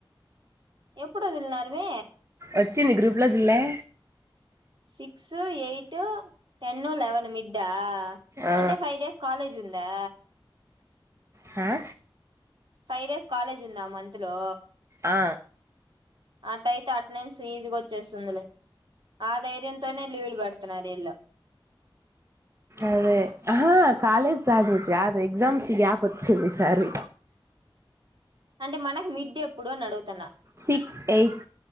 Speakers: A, on the right; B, on the right.
A: ఎప్పుడు ఒదిలినారు మీ
B: వచ్చింది గ్రూప్లో జూడలే
A: సిక్స్ ఎయిట్ టెన్ లెవెన్ మిడ్డా
B: ఆ
A: అంటే ఫైవ్ డేస్ కాలేజ్ ఉందా
B: హా
A: ఫైవ్ డేస్ కాలేజ్ ఉందా మంత్ లో
B: ఆ
A: అట్టయితే అటనెన్స్ ఈజ్గా వచ్చేస్తుందిలే ఆ ధైర్యంతోనే లీవులు పేడుతున్నారు వీల్లు
B: అదే ఆహా కాలేజ్ గాదు నిత్య ఎక్సామ్స్ కి గ్యాప్ వచ్చింది ఈ సారి
A: అంటే మనకు మిడ్ ఎప్పుడు అని అడుగుతున్నా
B: six eight